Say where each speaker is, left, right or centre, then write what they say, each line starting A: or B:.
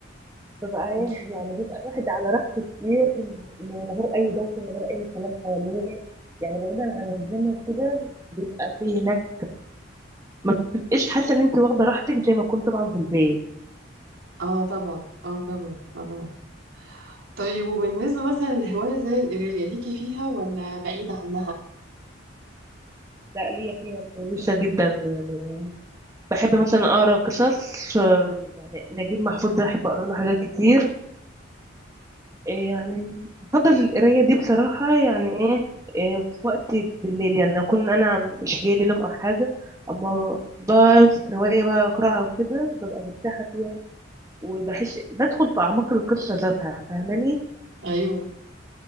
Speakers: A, on the right; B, on the right.
A: ببقى ايه
B: أكيد
A: يعني بيبقى الواحد على راحته كتير من غير اي دوشه من غير اي كلام حواليه يعني بعيدا عن الجيم وكده بيبقى فيه هناك ما تبقيش حاسه ان انت واخده راحتك زي ما كنت طبعا في البيت
B: اه طبعا اه طبعا اه طبعا طيب وبالنسبة مثلا لهواية زي القراية ليكي فيها ولا بعيدة عنها؟
A: لا ليا فيها كويسه جدا يعني بحب مثلا اقرا قصص آه، يعني نجيب محفوظ ده احب اقرا له حاجات كتير إيه يعني بفضل القرايه دي بصراحه يعني ايه إيه في وقت بالليل يعني اكون انا مش جاي لي نوم او حاجه اما بمسك روايه بقى اقراها وكده ببقى مرتاحه فيها وبحس بدخل في اعماق القصه ذاتها فاهماني
B: أيوه